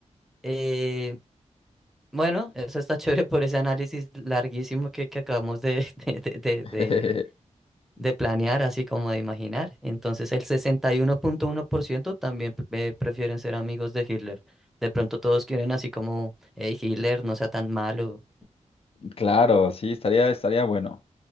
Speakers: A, in the centre; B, on the left.
A: Eh, bueno, eso está chévere por ese análisis larguísimo que, que acabamos de, <laughs> de, de,
B: <laughs>
A: de, de- de planear, así como de imaginar. Entonces, el 61.1% también pre- eh, prefieren ser amigos de Hitler. De pronto todos quieren así como, hey, Hitler, no sea tan malo,
B: Claro, sí, estaría, estaría bueno.